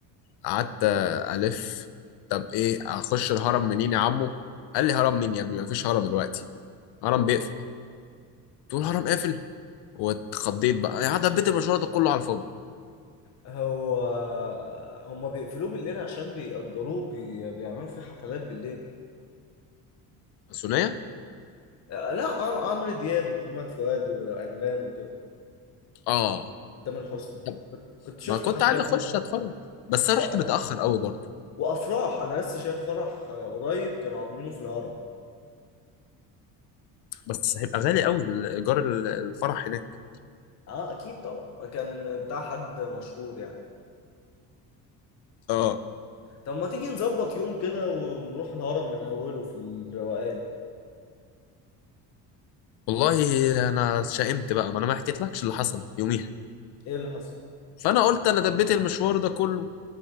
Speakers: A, on the left (about 75°); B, on the left (about 40°).
A: قعدت آه، الف طب ايه اخش الهرم منين يا عمو قال لي هرم مين يا ابني مفيش هرم دلوقتي هرم
B: اه
A: بيقفل تقول الهرم قافل واتخضيت بقى يعني دبيت المشوار ده كله على الفاضي
B: هو هما بيقفلوه بالليل عشان بيأجروه بي... بيعملوا فيه حفلات بالليل
A: الثنائيه
B: آه، لا عم- عمرو دياب ومحمد فؤاد وأنغام وكده
A: اه
B: وتامر حسني
A: طب
B: كنت كنت شفت
A: ما كنت
B: حفلة
A: عايز
B: لتامر
A: اخش
B: حسني
A: اتفرج بس انا
B: و...
A: رحت متاخر قوي برضه
B: وأفراح أنا لسه شايف فرح آه، قريب كانوا عاملينه في الهرم
A: بس هيبقى غالي قوي ايجار ال- الفرح هناك
B: اه اكيد طبعا كان بتاع حد مشهور يعني
A: اه
B: طب ما تيجي نظبط يوم كده ونروح الهرم من أوله في الروقان
A: والله انا شائمت بقى ما انا ما حكيتلكش اللي حصل يوميها
B: إيه اللي حصل؟
A: فانا قلت انا دبيت المشوار ده كله